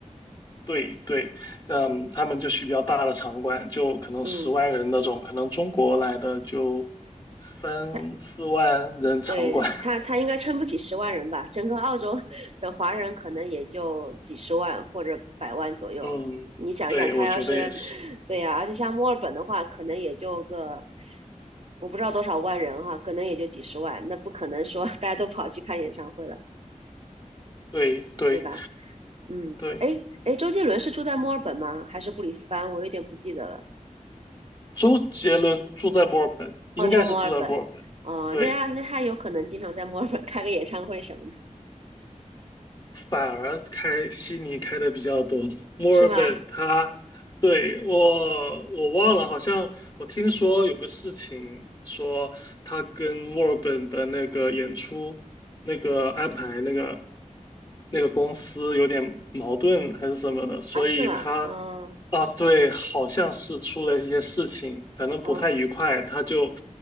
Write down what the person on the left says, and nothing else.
对对，嗯，他们就去比较大的场馆，就可能十万人那种，
可能中国来的就三四万人场馆，
<laughs> 嗯，
对，
我觉得也是，
对对。
对
周杰伦住在墨尔本，应该是住在墨尔本。
对，
反而开悉尼开的比较多，墨尔本它对我我忘了，
好像我听说有个事情，说它跟墨尔本的那个演出那个安排那个那个公司有点矛盾还是什么的，所以它
啊对，好像是出了一些事情，反正不太愉快，
他就